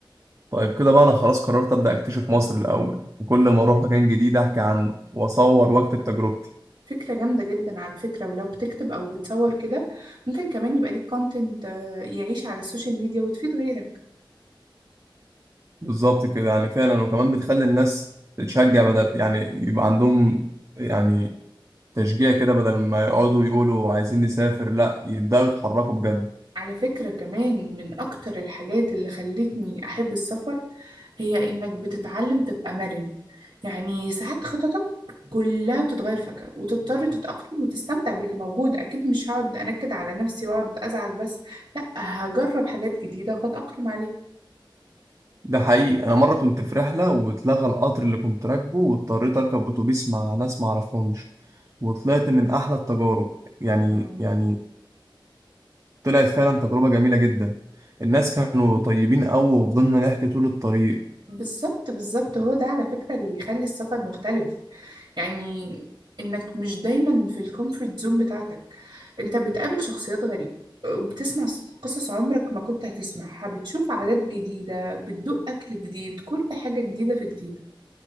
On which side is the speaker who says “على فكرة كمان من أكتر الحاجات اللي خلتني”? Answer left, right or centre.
Right